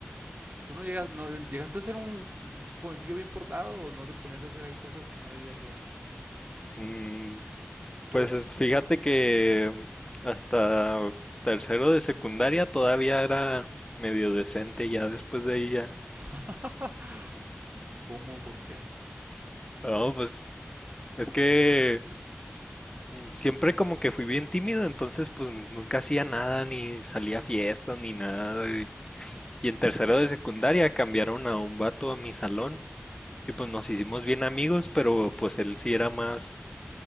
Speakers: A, on the right; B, on the left.
A: ¿Tú no, llegas, no llegaste a ser un jovencillo bien portado o no te ponías a hacer ahí cosas que no debías luego?
B: Mm,
A: Yo.
B: pues fíjate que hasta tercero de secundaria todavía era medio decente ya después de ahí ya
A: <laughs> ¿Cómo? ¿Por qué?
B: No, pues es que siempre como que fui bien tímido, entonces pues nunca hacía nada, ni salía a fiestas, ni nada. Y, y en tercero de secundaria cambiaron a un vato a mi salón y pues nos hicimos bien amigos, pero pues él sí era más,